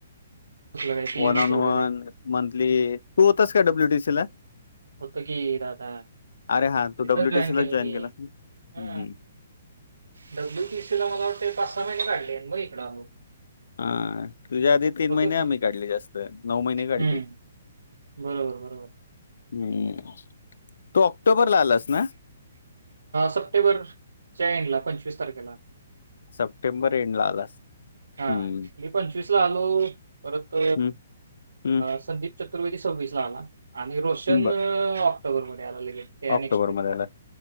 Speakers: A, on the right; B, on the left.
A: कुठलं काय पी-एम-एच
B: वन ऑन
A: वगैरे
B: वन मंथली तू होतस का डब्ल्यूटीसी ला.
A: होतो की दादा
B: अरे हा तू
A: तिथंच
B: डब्ल्यूटीसी
A: जॉईन
B: ला
A: केलं मी
B: केला हम्म.
A: ह डब्लूपीसीला मला वाटतंय पाच सहा महिने काढलय मग इकड आलो.
B: हा तुझ्या आधी तीन
A: होतो
B: महिने
A: की
B: आम्ही काढली जास्त नऊ महिने काढली.
A: हम्म बरोबर बरोबर
B: हम्म तू ऑक्टोबरला आलास ना
A: सप्टेंबर च्या एन्ड ला पंचवीस तारखेला
B: सप्टेंबर एन्डला आलास
A: हा
B: हम्म
A: मी पंचवीस ला आलो परत
B: हम्म हम्म
A: संदीप. चतुर्वेदी सवीसला आला आणि रोशन
B: ब-
A: ऑक्टोबर मध्ये आला लगेचं त्या
B: ऑक्टोबरमध्ये
A: नेक्स्ट वीक मध्ये
B: आला